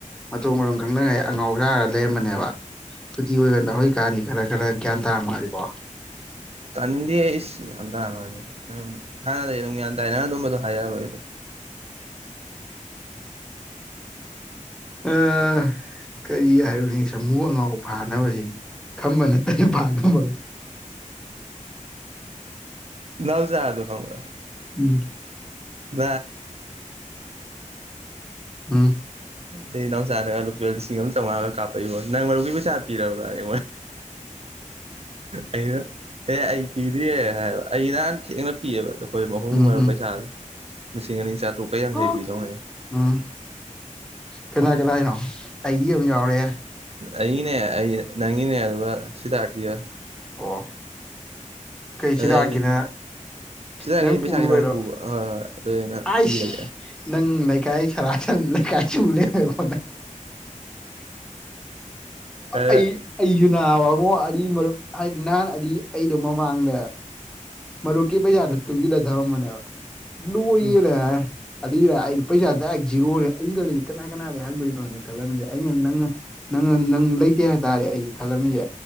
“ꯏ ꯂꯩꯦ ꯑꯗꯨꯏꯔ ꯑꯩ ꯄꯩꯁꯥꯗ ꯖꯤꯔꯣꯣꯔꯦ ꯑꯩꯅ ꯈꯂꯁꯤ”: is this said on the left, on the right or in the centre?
Centre